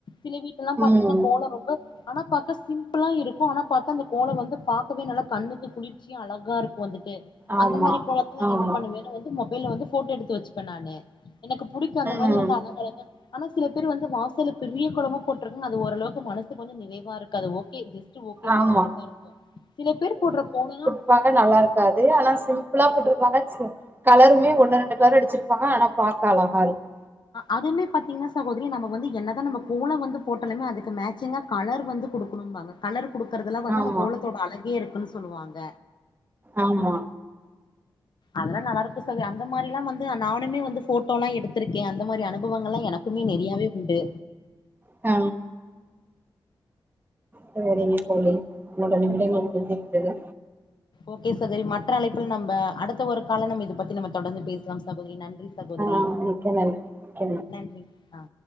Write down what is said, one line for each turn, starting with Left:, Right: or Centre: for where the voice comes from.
Left: சில வீட்லல்லா பாத்தீங்கன்னா
Right: ம்
Left: கோல ரொம்ப ஆனா பக்கஸ் சிம்பிளா இருக்கு ஆனா பாத்தா அந்த கோலோ வந்து பாக்கவே நல்லா கண்ணுக்கு குளிர்ச்சியு அழகா இருக்கு வந்துட்டு
Right: ஆமா
Left: அந்த மாரி கோலத்துலா
Right: ஆமா
Left: என்ன பண்ணுவேனு வந்து மொபைல்ல வந்து ஃபோட்டோ எடுத்து வச்சுப்ப நானு எனக்கு புடிக்கு அந்த மாரி
Right: ம்
Left: வந்து அழகு அழகா ஆனா சில பேர் வந்து வாசல பெரிய கோலமா போட்ருக்காங்க அது ஓரளவுக்கு மனசுக்கு வந்து நிறைவா இருக்கு அது ஓகே ஜஸ் ஓகேங்கிற
Right: ஆமா
Left: மாரி தா இருக்கு சில பேர் போடுற கொலோல்லா
Right: ப்பாக்க நல்லா இருக்காது ஆனா சிம்பிளா போட்ருப்பாங்க கலருமே ஒண்ணு ரெண்டு கலர் அடிச்சிருப்பாங்க ஆனா பாக்க அழகா இருக்கு
Left: அதுமே பாத்தீங்கன்னா சகோதரி நம்ம வந்து என்னதா நம்ம கோல வந்து போட்டலுமே அதுக்கு மேச்சிங்கா கலர் வந்து குடுக்குணும்பாங்க கலர் கொடுக்குறதெலா வந்து
Right: ஆமா
Left: அந்த கோலத்தோட அழகே இருக்குனு சொல்லுவாங்க
Right: ஆமா
Left: அதெல்லா நல்லா இருக்கு சகோ அந்த மாரிலா வந்து நானுமே வந்து ஃபோட்டோ எல்லா எடுத்திருக்கே அந்த மாரி அனுப் ம்பவங்கள்ளா எனக்குமே நெறையவே உண்டு
Right: ஆ சரிங்க தோழி இன்ன நிமிடங்கள் முடிந்து விட்டது
Left: ஓகே சகோரி மற்ற அழைப்புல நம்ப அடுத்த ஒரு காலம் நம்ம இத பத்தி நம்ம தொடந்து பேசலாம் சகோதரி நன்றி சகோதரி
Right: ஆ மிக்க நன்றி மிக்க
Left: நன்றி ஆ